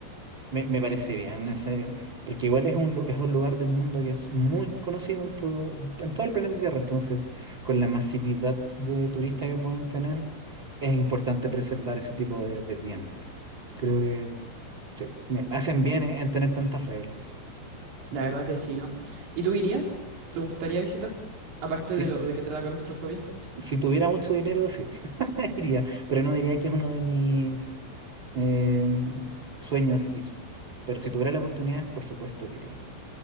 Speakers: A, on the right; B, on the right.
A: Me, me parece bien ese, porque igual es un, lu- es un lugar del mundo que es muy conocido en todo, en todo el planeta Tierra. Entonces, con la masividad de turistas que pueden tener, es importante preservar ese tipo de, de bien. Creo que sí, me hacen bien en, en tener tantas reglas.
B: La verdad que sí, ¿no? ¿Y tú irías? ¿Te gustaría visitar? Aparte
A: Sí,
B: de lo de que te da claustrofobia.
A: Si tuviera mucho dinero, sí, <laughs> iría, pero no diría que es uno de mis em, sueños ir. Pero si tuviera la oportunidad, por supuesto que iría.